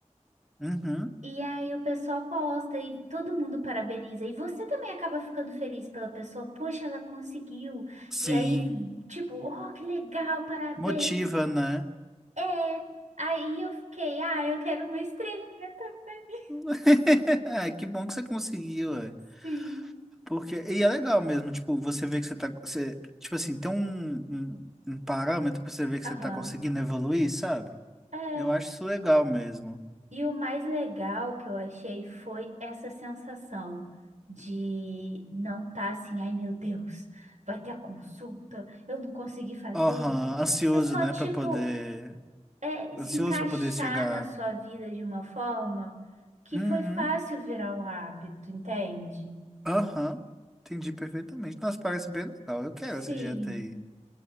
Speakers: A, in the centre; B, on the right (about 70°).
A: Uhum.
B: E aí o pessoal posta e todo mundo parabeniza. E você também acaba ficando feliz pela pessoa. Poxa, ela conseguiu.
A: Sim.
B: E aí, tipo, oh, que legal, parabéns.
A: Motiva, né?
B: É. Aí eu fiquei, ah, eu quero uma estrelinha também.
A: <laughs> É, que bom que você conseguiu, ué.
B: Sim.
A: Porque, e é legal mesmo, tipo, você vê que você tá, você, tipo assim, tem um, um, um parâmetro pra você ver que
B: Aham.
A: você tá conseguindo evoluir, sabe?
B: É.
A: Eu acho isso legal mesmo.
B: E o mais legal que eu achei foi essa sensação de não estar assim, ai meu Deus, vai ter a consulta, eu não consegui fazer.
A: Aham, ansioso,
B: Você só,
A: né,
B: tipo,
A: pra poder,
B: é,
A: ansioso
B: se encaixar
A: pra poder chegar.
B: na sua vida de uma forma que
A: Uhum.
B: foi fácil virar um hábito, entende?
A: Aham, entendi perfeitamente. Nossa, parece bem legal. Eu quero
B: Sim,
A: essa dieta aí.